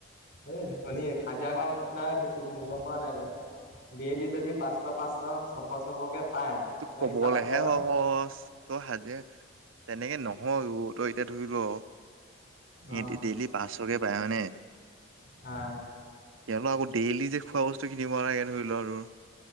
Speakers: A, on the left; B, on the right.
A: এই ধনী, হাজিৰা কৰা কেইটায়ে বেছি ধনী। গম পাৱ নাই তই? ডেইলি যদি পাঁচশ-পাঁচশ ছশ-ছশকে পায়। তই
B: ক'বলৈহে
A: হিচাপ কৰ
B: সহজ। তই সাজে। তেনেকে নহয়, তই এতিয়া ধৰি ল' সিহেতি
A: অ
B: ডেইলি পাঁচশকে পায় হয়নে?
A: আ।
B: তেওঁলোক' আকৌ দেইলি যে খোৱা বস্তু কিনিব লাগে ধৰি ল'লো।